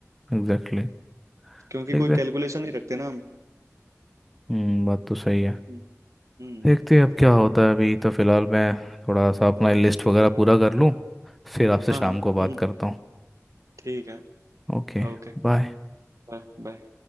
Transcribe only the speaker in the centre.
एग्जैक्टली
देखते
हम्म बात तो सही है
देखते हैं अब क्या होता है अभी तो फ़िलहाल मैं थोड़ा सा अपना लिस्ट वगैरह पूरा कर लूँ फिर आपसे
शाम
को बात
करता हूँ
ओके
बाय